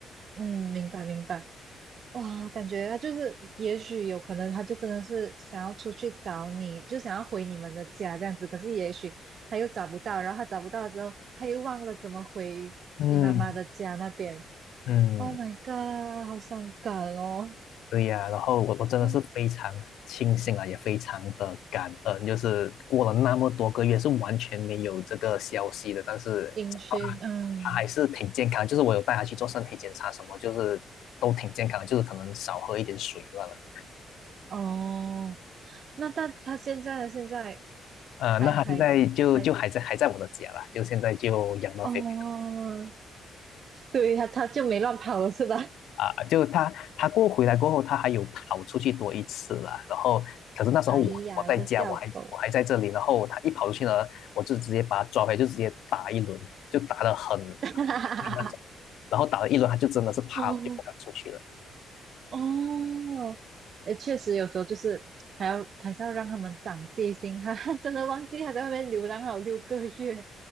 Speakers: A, on the right; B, on the left.
A: 嗯，明白明白。哇，感觉他就是，也许有可能他就真的是想要出去找你，就想要回你们的家这样子。可是也许他又找不到，然后他找不到了之后，他又忘了怎么回你妈妈的家那边。
B: 嗯嗯，
A: Oh my god，好伤感哦。
B: 对呀，然后我我真的是非常庆幸啊，
A: <laughs> 哦，
B: 也非常的感恩，就是过了那么多个月是完全没有这个消息的，但是啊，
A: 音讯，嗯，
B: 他还是挺健康，就是我有带他去做身体检查什么，就是都挺健康的，就是可能少喝一点水罢了。
A: 哦。那但他现在他现在
B: 呃，
A: 还还还
B: 那他现在就就还在还在我的家啦，就现在就养到肥肥
A: 哦，对他他就没乱跑了是吧？<laughs>
B: 啊，就他他过回来过后，他还有跑出去多一次啦。然后，可是那时候我我在家，
A: 哎呀，这小狗，
B: 我还我还在这里。然后他一跑出去呢，我就直接把他抓回来，就直接打一轮，就打的很用
A: <laughs> 哈哈哈
B: 力那种。然后打了一轮，他就真的是怕了，
A: 哦
B: 就不敢出去了。
A: 哦，诶，确实有时候就是还要还是要让他们长戒心，<laughs> 哈哈，真的忘记他在外面流浪好六个月，